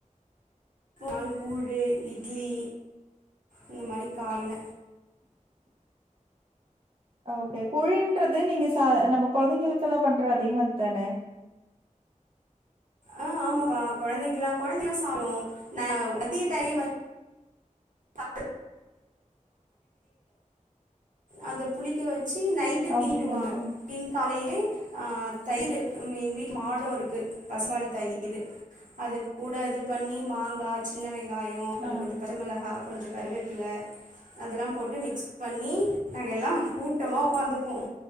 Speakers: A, on the right; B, on the right.
A: பால் கூழு இட்லி இந்த மாரி காலைல
B: ஓகே குழின்றது நீங்க ச நம்ம கொழந்தைங்களுக்கெல்லா பண்ற அதே மாரித்தானே
A: ஆஹ் ஆமாப்பா கொழந்தைக்கல்லா கொழந்தைல்லா சாப்டும் நா மதிய டைமே வ <inaudible> அத புளிக்க வச்- ச்சி நைட்டு கிண்டிடுவாங்க
B: ஓகே ஓகே
A: <unintelligible> ஏ ஆ தயிரு ம் எங்க வீட்டு மாடும் இருக்கு பசும்பால் தயிரு அது கூட இது பண்ணி மாங்கா சின்ன வெங் வெங்காயோ அதல
B: ஆ
A: கொஞ்ச பச்சமெளகா கொஞ்ச கறிவேப்பில அதெல்லா போட்டு மிக்ஸ் பண்ணி நாங்கல்லா கூட்டம உக்காந்துப்போம்